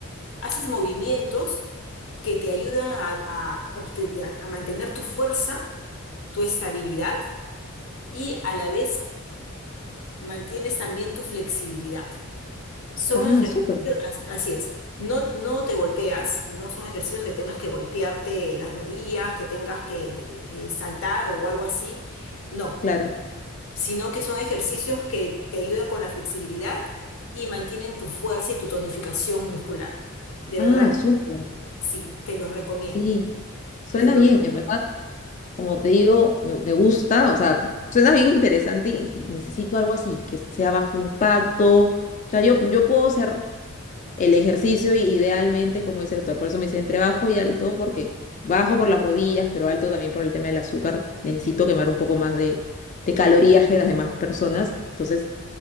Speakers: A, on the left; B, on the left.
A: haces movimientos que te ayudan a, a obte- a mantener tu fuerza, tu estabilidad y a la vez mantienes también tu flexibilidad. Son
B: Ah,
A: ejercicios,
B: súper.
A: as- así es, no, no te golpeas, no son ejercicios que tengas que golpearte las rodillas, que tengas que eh, eh, saltar o algo así, no.
B: Claro.
A: sino que son ejercicios que te ayudan con la flexibilidad y mantienen tu fuerza y tu tonificación muscular. De
B: Ah,
A: verdad, que
B: súper.
A: sí, te los recomiendo.
B: Sí. Suena
A: Te lo,
B: bien, en verdad. Como te digo, me, me gusta, o sea, suena bien interesante y, y necesito algo así, que sea bajo impacto. O sea, yo, yo puedo hacer el ejercicio y idealmente, como dice el doctor, por eso me dice entre bajo y alto, porque bajo por las rodillas, pero alto también por el tema del azúcar. Necesito quemar un poco más de, de calorías que las demás personas. Entonces,